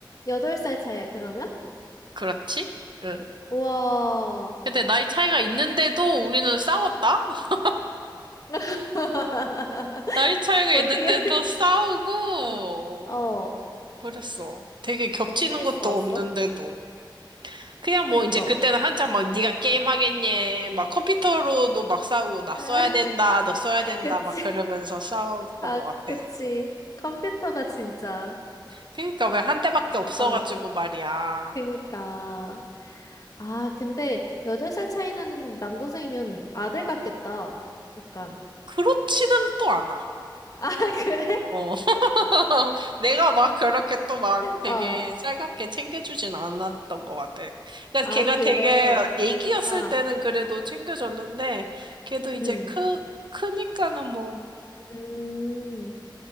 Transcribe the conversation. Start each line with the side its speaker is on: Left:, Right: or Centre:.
Left: 여덟 살 차이야, 그러면?
Right: 그렇지? 응.
Left: 와.
Right: 근데 나이 차이가 있는데도 우리는 싸웠다? <laughs>
Left: <laughs>
Right: 나이 차이가
Left: 어떻게,
Right: 있는데도 싸우고
Left: <laughs> 응. 어,
Right: 그랬어. 되게 겹치는
Left: 어떻게
Right: 것도
Left: 싸웠어?
Right: 없는데도. 그냥
Left: 그니까.
Right: 뭐 이제 그때는 한참 막 네가 게임 하겠니? 막 컴퓨터로도 막 싸우고 나
Left: <laughs>
Right: 써야 된다, 너 써야 된다
Left: 그치.
Right: 막 그러면서 싸웠던
Left: 아,
Right: 것 같아.
Left: 그치. 컴퓨터가 진짜.
Right: 그러니까 왜 한 대밖에 없어가지고
Left: 어,
Right: 말이야.
Left: 그니까. 아, 근데 여덟 살 차이 나는 남동생이면 아들 같겠다. 약간.
Right: 그렇지는 또 않아.
Left: 아, <laughs> 그래?
Right: 어. <laughs> 내가 막 그렇게 또 막 되게
Left: 어.
Right: 살갑게 챙겨주진 않았던 것 같아. 그러니까
Left: 아,
Right: 걔가
Left: 그래.
Right: 되게 애기였을
Left: 아,
Right: 때는 그래도 챙겨줬는데, 걔도 이제
Left: 음.
Right: 크, 크니까는 뭐,
Left: 음.